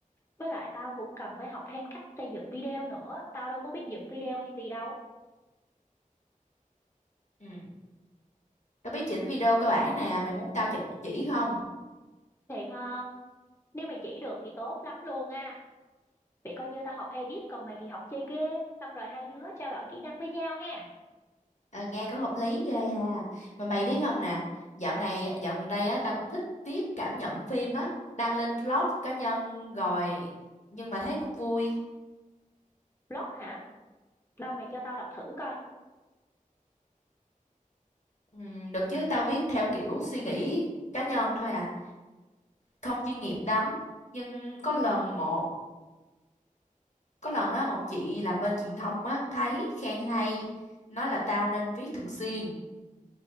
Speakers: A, on the left; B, on the left.
A: Với lại tao cũng cần phải học thêm cách xây dựng video nữa. Tao đâu có biết dựng video hay gì đâu.
B: ừ. tao biết chỉnh video cơ bản nè mày muốn tao chỉ, chỉ không
A: Thiệt không? Nếu mày chỉ được thì tốt lắm luôn á. Vậy coi như tao học edit còn mày thì học chơi game, xong rồi hai đứa trao đổi kỹ năng với nhau ha.
B: à, nghe cũng hợp lý ghê ha mà mày biết không nè dạo này dạo gần đây á tao cũng thích viết cảm nhận phim á đăng lên blog cá nhân rồi nhưng mà thấy cũng vui
A: Blog hả? Đâu mày cho tao đọc thử coi.
B: Ừ, được chứ tao viết theo kiểu suy nghĩ cá nhân thôi à không chuyên nghiệp lắm nhưng có lần một có lần á một chị làm bên truyền thông á thấy khen hay nói là tao nên viết thường xuyên